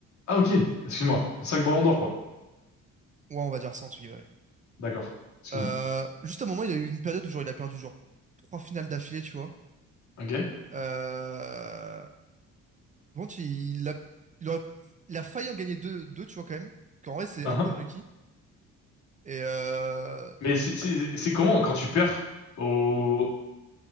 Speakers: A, on the left; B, on the right.
A: Ah ok, excuse-moi. Cinq ballons d'or quoi.
B: Ouais, on va dire ça, en tout cas.
A: D'accord, excuse-moi.
B: Euh, juste à un moment, il a eu une période où genre, il a perdu genre trois finales d'affilée, tu vois.
A: Ok.
B: Euh, bon, tu- il a, il aurait, il a failli en gagner deux, deux, tu vois, quand même. Qu'en vrai, c'est
A: Uhum.
B: un peu unlucky. Et euh,
A: Mais c'est c'est- c'est comment quand tu perds au,